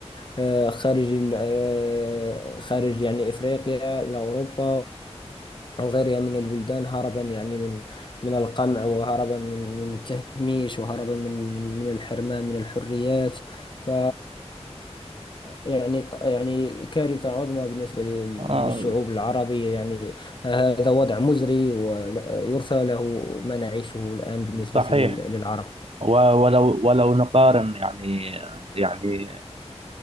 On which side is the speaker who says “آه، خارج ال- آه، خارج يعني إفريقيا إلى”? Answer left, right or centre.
Left